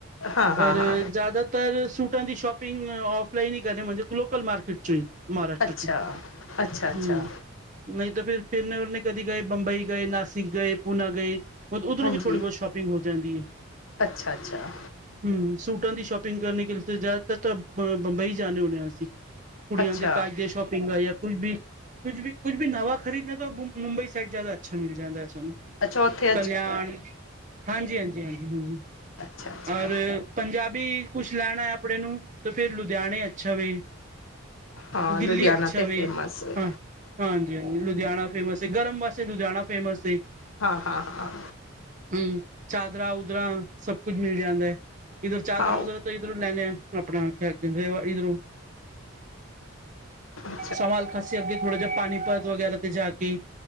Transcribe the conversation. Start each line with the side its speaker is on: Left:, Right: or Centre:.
Left: ਹਾਂ
Right: ਪਰ
Left: ਹਾਂ ਹਾਂ
Right: ਜਾਦਾ ਪਰ ਸੂਟਾਂ ਦੀ ਸ਼ੋਪਿੰਗ ਓਫਲਾਈਨ ਈ ਕਰਨੇੇ ਮਨਜੇ ਕ ਲੋਕਲ ਮਾਰਕਿਟ 'ਚੋਂ ਈ। ਮਹਾਰਾਸ਼ਟਰ
Left: ਅੱਛਾ
Right: 'ਚ
Left: ਅੱਛਾ ਅੱਛਾ
Right: ਹੂੰ। ਨਈ ਤਾਂ ਫਿਰ ਫਿਰਨ ਉਰਨੇ ਕਦੀ ਗਏ ਬੰਬਈ ਗਏ, ਨਾਸਿਕ ਗਏ, ਪੂਨਾ ਗਏ ਓਧ ਓਧਰੋਂ
Left: ਹਾਂਜੀ
Right: ਵੀ ਥੋੜੀ ਬੋਤ ਸ਼ੋਪਿੰਗ ਹੋ ਜਾਂਦੀ ਏ।
Left: ਅੱਛਾ ਅੱਛਾ
Right: ਹੂੰ, ਸੂਟਾਂ ਦੀ ਸ਼ੋਪਿੰਗ ਕਰਨੇ ਕੇ <unintelligible> ਜਿਆਦਾਤਰ ਤਾਂ ਬ ਬੰਬਈ ਜਾਣੇ ਹੁਨੇ ਆਂ ਅਸੀ। ਕੁੜੀਆਂ
Left: ਅੱਛਾ
Right: ਦੇ ਕਾਜ ਦੀ ਸ਼ੋਪਿੰਗ ਆ ਯਾਂ ਕੁੱਝ ਬੀ ਕੁੱਝ ਬੀ, ਕੁੱਝ ਬੀ ਨਵਾਂ ਖਰੀਦਨੈ ਤੋ ਬੁੰ ਮੁੰਬਈ ਸਾਈਡ ਜਿਆਦਾ ਅੱਛਾ ਮਿਲ ਜਾਂਦੈ ਅਸਾਂ ਨੂੰ।
Left: ਅੱਛਾ ਓਥੇ
Right: ਕਲਿਆਣ। ਹਾਂਜੀ-ਹਾਂਜੀ-ਹਾਂਜੀ-ਹਾਂਜੀ।
Left: ਅੱਛਾ ਅੱਛਾ
Right: ਔਰ ਪੰਜਾਬੀ ਕੁਛ ਲੈਣੈ ਆਪਣੇ ਨੂੰ ਤੇ ਫੇਰ ਲੁਧਿਆਣੇ ਅੱਛਾ ਵੇ
Left: ਹਾਂ
Right: ਦਿੱਲੀ
Left: ਲੁਧਿਆਣਾ
Right: ਅੱਛਾ
Left: ਤਾਂ
Right: ਵੇ।
Left: ਫੇਮਸ ਹੈ
Right: ਹਾਂ, ਹਾਂ। <unintelligible> ਲੁਧਿਆਣਾ ਫੇਮਸ ਏ। ਗਰਮ ਵਾਸੇ ਲੁਧਿਆਣਾ ਫੇਮਸ ਏ।
Left: ਹਾਂ-ਹਾਂ-ਹਾਂ।
Right: ਹੂੰ, ਚਾਦਰਾਂ-ਉਦਰਾਂ ਸਭ ਕੁਝ ਮਿਲ ਜਾਂਦੈ। ਇਧਰ ਚਾਦਰਾਂ
Left: ਹਾਂ
Right: ਉਧਰੋਂ ਤੇ ਇਧਰੋਂ ਲੈਣੇ ਆ ਆਪਣਾ ਕਿਆ <unintelligible> ਵਾ ਇੱਧਰੋਂ।
Left: ਅੱਛਾ।
Right: ਚਾਵਾਂਲ ਖਾਂਸੀ ਅਗੇ ਥੋੜੇ ਜੇ ਪਾਨੀਪਤ ਵਗੈਰਾ ਤੇ ਜਾ ਕੇ